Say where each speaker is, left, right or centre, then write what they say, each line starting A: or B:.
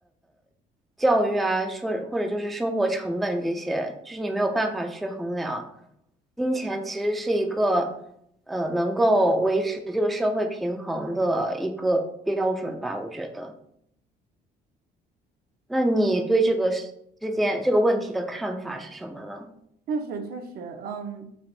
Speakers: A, in the centre; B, on the right.
A: 教育啊，说或者就是生活成本这些，就是你没有办法去衡量。金钱其实是一个呃能够维持这个社会平衡的一个标准吧，我觉得。那你对这个事之间这个问题的看法是什么呢？
B: 确实确实，嗯，